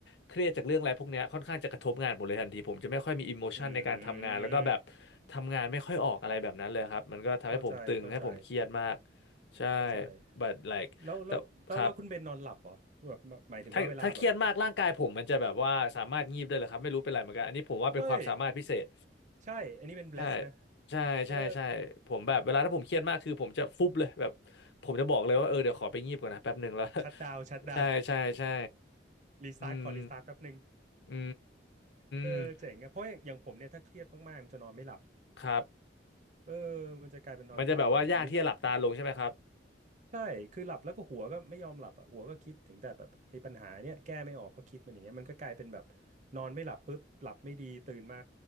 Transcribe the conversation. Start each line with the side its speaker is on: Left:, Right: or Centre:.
Left: เครียดจากเรื่องอะไรพวกเนี้ยค่อนข้างจะกระทบงานผมเลยทันทีผมจะไม่ค่อยมีอิโมชันในการทำงานแล้วก็แบบ
Right: อืม
Left: ทำงานไม่ค่อยออกอะไรแบบนั้นเลยครับมันก็ทำให้ผมตึงให้ผมเครียดมาก
Right: เข้าใจ เข้าใจ
Left: ใช่
Right: เข้าใจ
Left: but like
Right: แล้วแล้วแล้วแล้วคุณเบนนอนหลับเหรอแบบแบบหมายถึงว่าเวลาแบบ
Left: แต่ครับ ถ้าถ้าเครียดมากร่างกายผมมันจะแบบว่าสามารถงีบได้เลยครับไม่รู้เป็นไรเหมือนกันอันนี้ผมว่าเป็นความสามารถพิเศษ
Right: เฮ้ย ใช่ อันนี้เป็น bless
Left: ใช่
Right: นะ
Left: ใช่ใช่ใช่ผมแบบเวลาถ้าผมเครียดมากคือผมจะฟุบเลยแบบ
Right: เออ
Left: ผมจะบอกเลยว่าเออเดี๋ยวขอไปงีบก่อนนะแป๊บหนึ่งแล้ว
Right: ชัดดาว
Left: <laughs>
Right: ชัดดาว
Left: ใช่ใช่ใช่
Right: รีสตาร์ท
Left: อืม
Right: <laughs> ขอรีสตาร์ทแป๊บหนึ่ง <laughs>
Left: อื
Right: เออ
Left: ม
Right: เจ๋งอะเพราะอย่างอย่างผมเนี่ยถ้าเครียดมากๆมันจะนอนไม่หลับ
Left: ครับ
Right: เออ มันจะกลายเป็นนอนไม่หลับไปอันนี้
Left: มันจะแบบว่ายากที่จะหลับตาลงใช่ไหมครับ
Right: ใช่คือหลับแล้วก็หัวก็ไม่ยอมหลับอ่ะหัวก็คิดถึงแต่แบบไอ้ปัญหาเนี้ยแก้ไม่ออกก็คิดมันอย่างเงี้ยมันก็กลายเป็นแบบนอนไม่หลับปุ๊บหลับไม่ดีตื่นมา